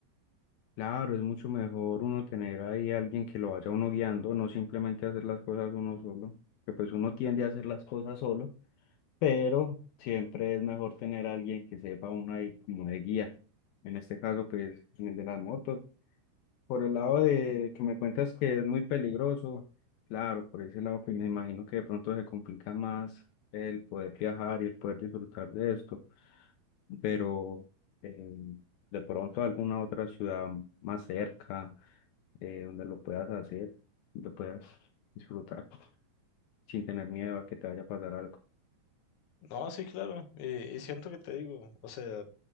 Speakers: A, on the left; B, on the left.
A: Claro, es mucho mejor uno tener ahí alguien que lo vaya uno guiando, no simplemente hacer las cosas uno solo, que pues uno tiende a hacer las cosas solo. pero siempre es mejor tener a alguien que sepa uno ahí como de guía. En este caso, pues, en el de las motos. Por el lado de que me cuentas que es muy peligroso, claro, por ese lado, pues me imagino que de pronto se complica más el poder viajar y el poder disfrutar de esto, pero eh, de pronto alguna otra ciudad más cerca, eh, donde lo puedas hacer, lo puedas disfrutar sin tener miedo a que te vaya a pasar algo.
B: No, sí, claro. Y, y siento que te digo, o sea,